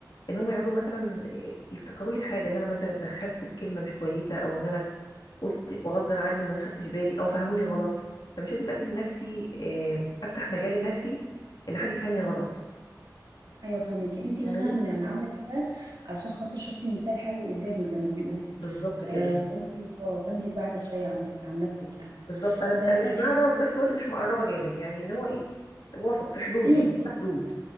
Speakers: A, on the left; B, on the right.
A: ان هم يقعدوا مثلا يفتكروا لي حاجه ان انا مثلا اتدخلت بكلمه مش كويسه او ان انا قلت وغصب عني ما خدتش بالي او فهموني غلط فمش لازم ادي لنفسي آم، افتح مجال لنفسي ان حد يفهمني غلط
B: ايوه فاهمك انت
A: فاهماني
B: مثلا يعني عامله كده علشان خاطر شفتي مثال حي قدامك زي ما بيقولوا
A: بالظبط
B: آه
A: كده
B: فانت اه فانت بعد شويه عنك عن نفسك يعني
A: بالظبط انا
B: آه
A: انا
B: طيب
A: مش بعده وفي نفس الوقت مش مقربه جامد يعني اللي هو ايه وسط في حدود
B: بين
A: يعني
B: البنين
A: في
B: كده.
A: حدود